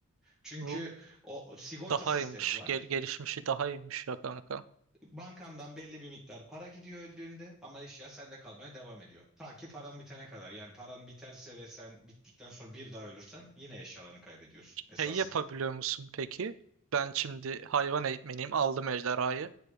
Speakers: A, in the centre; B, on the right.
A: Çünkü
B: bu
A: o o sigorta
B: daha
A: sistemi
B: iyiymiş.
A: var.
B: Gel gelişmişi daha iyiymiş ya kanka.
A: Bankandan belli bir miktar para gidiyor öldüğünde ama eşya sende kalmaya devam ediyor. Ta ki paran bitene kadar. Yani paran biterse ve sen bittikten sonra bir daha ölürsen yine eşyalarını kaybediyorsun esasında.
B: Şey yapabiliyor musun peki? Ben şimdi hayvan eğitmeniyim. Aldım ejderhayı.